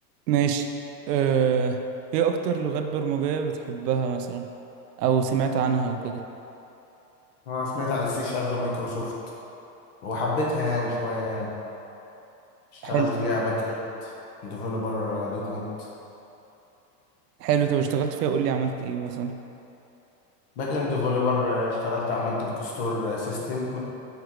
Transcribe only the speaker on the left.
انا سمعت عن السي شارب مايكروسوفت وحبيتها يعني شويه يعني اشتغلت
بيها باك اند ديفلوبر دوت نت
باك اند ديفلوبر اشتغلت عملت بوك ستور سيستم